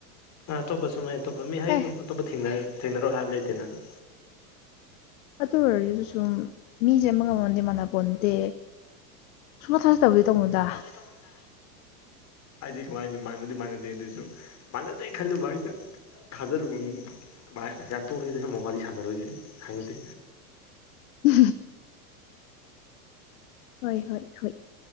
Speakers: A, on the left (about 35°); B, on the left (about 60°).
A: ꯑ ꯑꯇꯣꯞꯄ ꯁꯨꯝ ꯑꯩ ꯑꯇꯣꯞꯄ ꯍꯥꯏꯗꯤ ꯑꯩ
B: ꯑꯦ
A: ꯑꯗꯨꯝ ꯑꯇꯣꯞꯄ ꯊ‌ꯦꯡꯅ ꯊꯦꯡꯅꯔꯣꯏ ꯍꯥꯏꯕ ꯂꯩꯇꯦꯅ ꯗ‌ꯣ
B: ꯑꯗꯨ ꯑꯣꯏꯔꯖꯨ ꯁꯨꯝ ꯃꯤꯁꯦ ꯑꯃꯒ ꯑꯃꯒꯗꯤ ꯃꯥꯟꯅꯄꯣꯟꯇꯦ ꯁꯨꯡꯊꯥ ꯊꯥꯖꯗꯕꯗꯤ ꯇꯧꯅꯨꯗ
A: ꯇꯧꯅꯨꯗ ꯍꯥꯏꯗꯤ ꯀꯃꯥꯏꯅ ꯃꯥꯟꯕꯗꯤ ꯃꯥꯟꯅꯗꯦ ꯑꯗꯨꯁꯨ ꯃꯥꯟꯅꯗꯦ ꯈꯜꯂꯨꯕ ꯑꯩꯗ ꯊꯥꯖꯔꯨꯅꯨ ꯃꯤ ꯕꯥꯏ ꯌꯥꯔꯦ ꯇꯣꯛꯑꯁꯤꯗ ꯁꯨꯝ ꯋꯥꯔꯤ ꯁꯥꯟꯅꯔꯣꯏꯁꯦ ꯑꯩ ꯍꯥꯏꯅꯗꯦ
B: ꯎ ꯍꯣꯏ ꯍꯣꯏ ꯍꯣꯏ